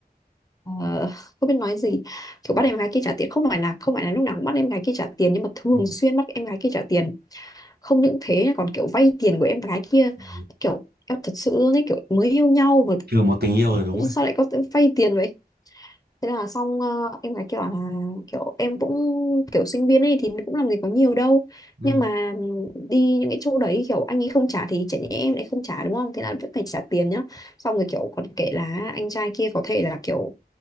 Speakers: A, on the left (about 20°); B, on the right (about 80°).
A: ờ, không biết nói gì kiểu
B: ừ.
A: bắt em gái kia trả tiền không phải là không phải là lúc nào cũng bắt em gái kia trả tiền nhưng mà thường
B: ừ
A: xuyên bắt em gái kia trả tiền không những thế còn kiểu vay tiền của em gái kia
B: Ừ.
A: kiểu em thật sự luôn ấy kiểu mới yêu nhau mà
B: trừ một tình yêu rồi đúng rồi,
A: sao lại có vay tiền vậy thế là xong ờ, em gái kia bảo là kiểu em cũng kiểu sinh viên ấy thì cũng làm gì có nhiều đâu
B: ừ.
A: nhưng mà đi những cái chỗ đấy kiểu anh ấy không trả thì chả nhẽ em lại không trả đúng không thế là vẫn phải trả tiền nhá xong rồi kiểu còn kể là anh trai kia có thể là kiểu